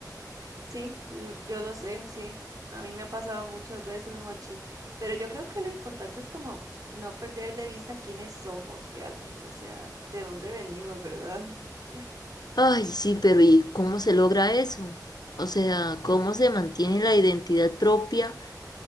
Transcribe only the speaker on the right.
Sí, l- yo lo sé, sí. A mí me ha pasado muchas veces, Mochi. Pero yo creo que lo importante es como no perder de vista quiénes somos realmente, o sea, de dónde venimos, ¿verdad? <laughs>